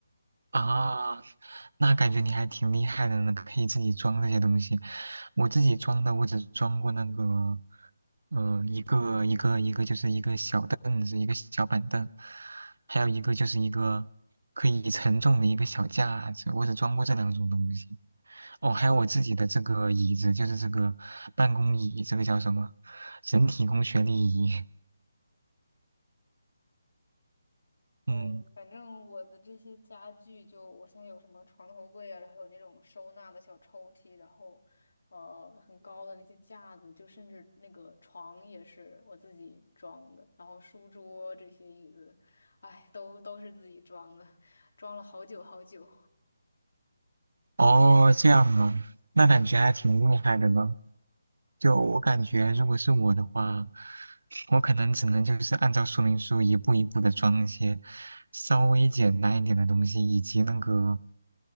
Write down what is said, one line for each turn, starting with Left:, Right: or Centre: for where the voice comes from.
Right: 啊，那感觉你还挺厉害的呢，可以自己装这些东西。我自己装的，我只装过那个，呃，一个一个一个就是一个小凳子，一个小板凳，还有一个就是一个可以承重的一个小架子，我只装过这两种东西。哦，
Left: 哇
Right: 还有我自己的这个椅子，就是这个办公椅，这个叫什么？人体工学椅。
Left: 嗯，
Right: <laughs> 嗯，
Left: 反正我的这些家具就，我现在有什么床头柜啊，然后有那种收纳的小抽屉，然后呃很高的那些架子，就甚至那个床也是我自己装的，然后书桌这些椅子，哎，都都是自己装的，装了好久好久。
Right: 哦，这样吗？那感觉还挺厉害的呢。就我感觉，如果是我的话，我可能只能就是按照说明书一步一步的装一些稍微简单一点的东西，以及那个，